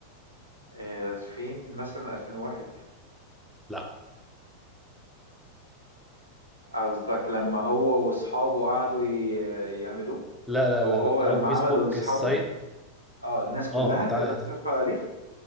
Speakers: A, on the right; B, in the centre.
A: 2000 مثلا 2001
B: لا
A: قصدك لما هو واصحابه قعدوا ي- يعملوه
B: لا لا
A: او
B: لا لا
A: هو لما
B: او فيسبوك
A: عمله لاصحابه
B: السايت
A: اه الناس كلها
B: اه اتع-
A: تقدر
B: ات-
A: تدخل عليه